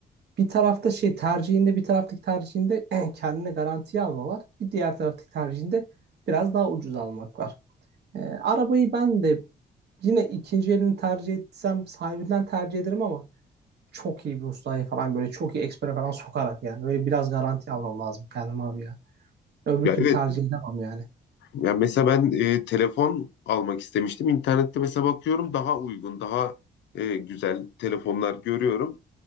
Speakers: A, on the right; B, on the left.
A: bir tarafta şey tercihinde bir taraftaki tercihinde <clears throat> kendine garantiye alma var. Bir diğer taraftaki tercihinde biraz daha ucuz almak var. Ee, arabayı ben de yine ikinci elini tercih etsem sahibinden tercih ederim ama çok iyi bir ustaya falan böyle çok iyi ekspere falan sokarak yani. Böyle biraz garanti almam lazım kendime abi ya. Öbür
B: Ya
A: türlü
B: evet.
A: tercih edemem yani.
B: Ya mesela ben e, telefon almak istemiştim. İnternette mesela bakıyorum daha uygun, daha e, güzel telefonlar görüyorum.